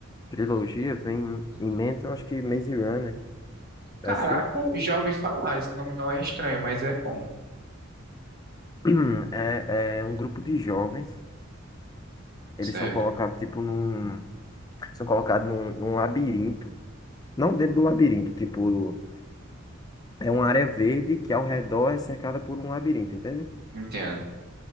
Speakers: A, on the left (about 20°); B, on the right (about 50°).
A: trilogia, vem em mente, eu acho que Maze Runner.
B: Caraca,
A: Já assistiu?
B: já ouvi falar, esse nome não é estranho, mas é comum,
A: <clears throat> É, é um grupo de jovens. Eles
B: certo?
A: são colocados, tipo, num. São colocados num, num labirinto. Não dentro do labirinto, tipo. É uma área verde que ao redor é cercada por um labirinto, entende?
B: Entendo,